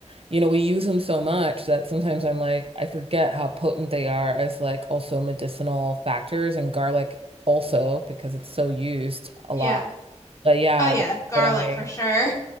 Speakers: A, on the right; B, on the left.
A: you know, we use them so much that sometimes I'm like I forget how potent they are as like also medicinal factors and garlic also because it's so used a
B: yeah.
A: lot. But yeah,
B: Oh yeah,
A: that's
B: garlic
A: what I
B: for sure.